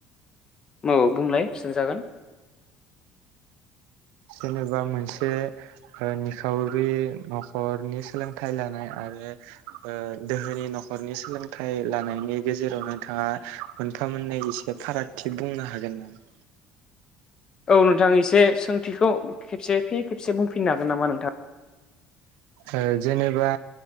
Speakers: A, on the left (about 30°); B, on the right (about 85°).
A: औ बुंलाय सोंजागोन
B: जेनेबा मोनसे निखावरि न'खरनि सोलोंथायाइ लानाय आरो ओ दोहोनि न'खरनि सोलोंथाइ लानायनि गेजेराव नोंथाङा मोनफा मोननै एसे फारागथि बुंनो हागोन नामा?
A: औ नोंथां एसे सोंथिखौ खेबसे फिन खेबसे बुंफिननो हागोन नामा नोंथां।
B: ओ जेनेबा